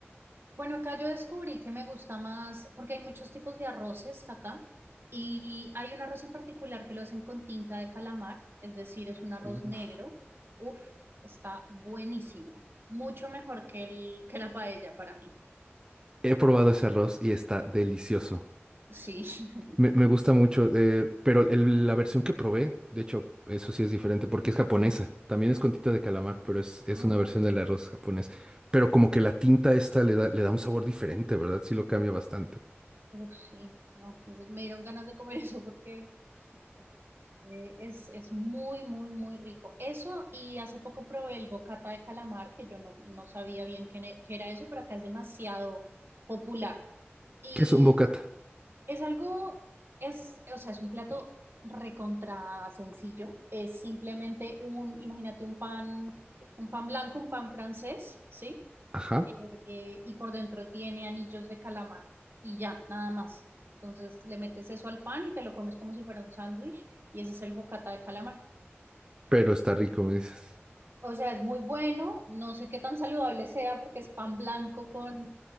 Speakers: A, on the right; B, on the right.
A: Bueno, acá yo descubrí que me gusta más, porque hay muchos tipos de arroces acá, y hay un arroz en particular que lo hacen con tinta de calamar, es decir, es un arroz
B: Uf.
A: negro. Uf, está buenísimo, mucho mejor que el, que la paella para mí.
B: He probado ese arroz y está delicioso.
A: Sí. <laughs>
B: Me, me gusta mucho, eh, pero el- la versión que probé, de hecho, eso sí es diferente porque es japonesa. También es con tinta de calamar, pero es, es
A: Mm,
B: una versión del arroz japonés. Pero como que la tinta esta le da, le da un sabor diferente, ¿verdad? Sí lo cambia bastante.
A: Uf, sí, no, me dieron ganas de comer eso porque... Eh, Es, es muy, muy, muy rico. Eso, y hace poco probé el bocata de calamar, que yo no, no sabía bien qué, ne- qué era eso, pero acá es demasiado popular. Y
B: ¿Qué es un bocata?
A: es algo, es, o sea, es un plato recontra sencillo. Es simplemente un, imagínate un pan, un pan blanco, un pan francés, ¿sí?
B: Ajá,
A: eh, eh, y por dentro tiene anillos de calamar y ya, nada más. Entonces le metes eso al pan y te lo comes como si fuera un sándwich y ese es el bocata de calamar.
B: pero está rico, me dices.
A: O sea, es muy bueno, no sé qué tan saludable sea porque es pan blanco con